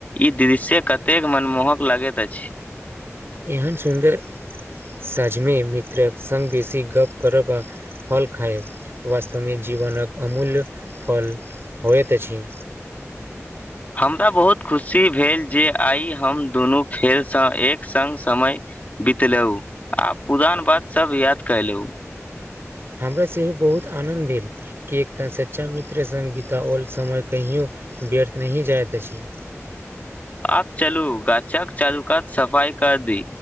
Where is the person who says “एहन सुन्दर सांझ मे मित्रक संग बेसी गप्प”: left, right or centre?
Right